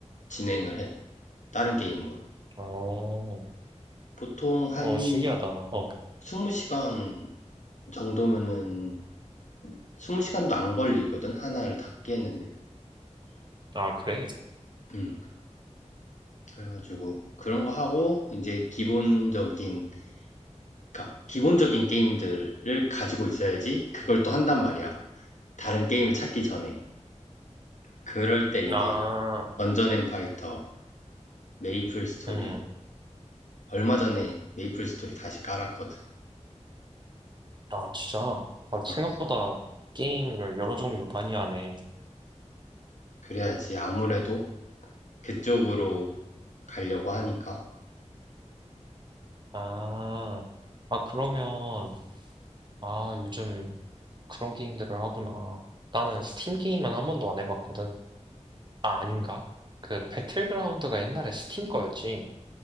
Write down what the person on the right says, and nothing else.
어, 어,
어, 신기하다. 어,
아, 그래.
아,
음,
아, 진짜. 막
생각보다 게임을 여러 종류 많이 하네.
아, 아, 그러면, 아, 요즘 그런 게임들을 하구나. 나는 스팀 게임은 한 번도 안 해봤거든. 아, 아닌가? 그 배틀그라운드가 옛날에 스팀 거였지.